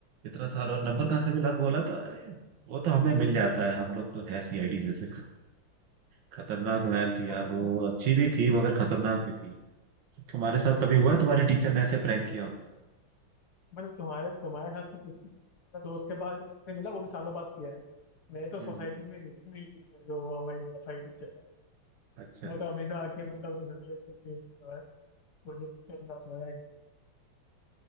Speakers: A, on the right; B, on the left.
A: इतना साल और नंबर कहाँ से मिला तो बोला तो अरे वो तो हमें मिल जाता है हम लोग तो है सीआईडी जैसे खतरनाक मैम थी यार
B: अरे
A: वो
B: तुम
A: अच्छी भी थी मगर खतरनाक भी थी तुम्हारे साथ कभी हुआ है तुम्हारे टीचर ने ऐसे प्रैंक किया हो
B: मतलब तुम्हारे तुम्हारे साथ तो किसी मैं दोस्त के पास से मिला वो भी सालों बाद किया है मेरे तो
A: हम्म
B: सोसाइटी
A: हम्म,
B: में रहती मेरी टीचर जो हमारी मैथ वाली टीचर है
A: अच्छा
B: वो तो हमेशा आके मतलब फैमिली करती रहती है और मुझे कितने थोड़ा सा है घर पे